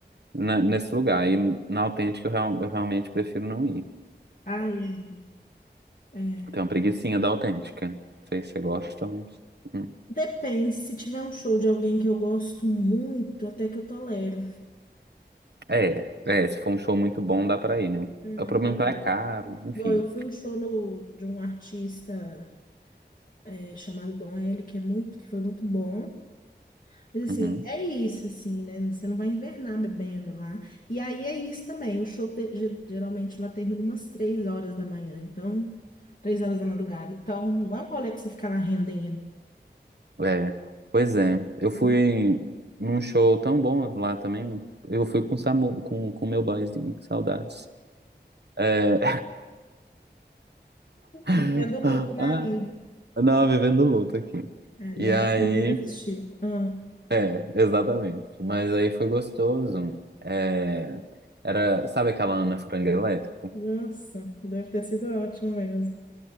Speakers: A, on the right; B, on the left.
A: na- nesse lugar. E na autêntica eu, real- eu realmente prefiro não ir.
B: Ai, é. É.
A: Tem uma preguicinha da autêntica. Não sei se você gosta, mas. hum.
B: Depende, se tiver um show de alguém que eu gosto muito, até que eu tolero.
A: É, é, se for um show muito bom, dá pra ir, né?
B: É,
A: O problema
B: deixa eu
A: é
B: ver.
A: que é caro, enfim.
B: Igual eu fui um show no, de um artista é, chamado Dom L, que é muito, que foi muito bom. Mas,
A: Uhum.
B: Assim, é isso, assim, né? Você não vai invernar bebendo lá. E aí é isso também. O show te- ge- geralmente lá termina umas três horas da manhã, então, três horas da madrugada. Então, não é um rolê pra você ficar lá rendendo.
A: É, pois é. Eu fui
B: <laughs>
A: num show tão bom lá também. Eu fui com o Samu, com, com o meu boyzinho, saudades. É... <laughs>
B: Vivendo luto,
A: Ah,
B: né, amigo?
A: Não, vivendo luto aqui.
B: É,
A: E
B: já
A: aí,
B: o que nunca existiu. Ah,
A: é, exatamente. Mas aí foi gostoso. É, era, sabe aquela Ana Frango Elétrico?
B: nossa, deve ter sido ótimo mesmo.